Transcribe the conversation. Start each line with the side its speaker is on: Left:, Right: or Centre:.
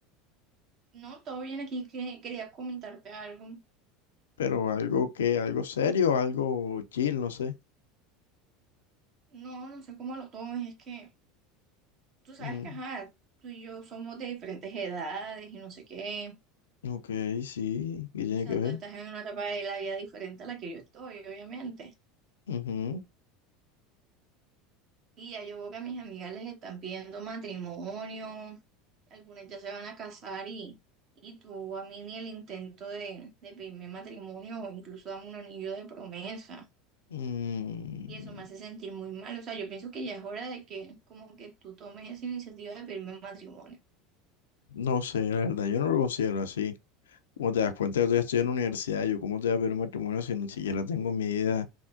Right: No, todo bien aquí, que quería comentarte algo.
Left: Pero algo que, algo serio, algo chill, no sé.
Right: No, no sé cómo lo tomes, es que... tú sabes
Left: Mm,
Right: que, ajá, tú y yo somos de diferentes edades y no sé qué.
Left: ok, sí, ¿qué tiene
Right: O sea,
Left: que ver?
Right: tú estás en una etapa de la vida diferente a la que yo estoy, obviamente.
Left: Ujú.
Right: Y ya yo veo que a mis amigas les están pidiendo matrimonio, algunas ya se van a casar y, y tú a mí ni el intento de, de pedirme matrimonio o incluso dame un anillo de promesa.
Left: Mm,
Right: Y eso me hace sentir muy mal. O sea, yo pienso que ya es hora de que como que tú tomes esa iniciativa de pedirme matrimonio.
Left: no sé, la verdad, yo no lo considero así. Como te das cuenta, yo todavía estoy en la universidad, yo cómo te voy a pedir un matrimonio si ni siquiera tengo mi vida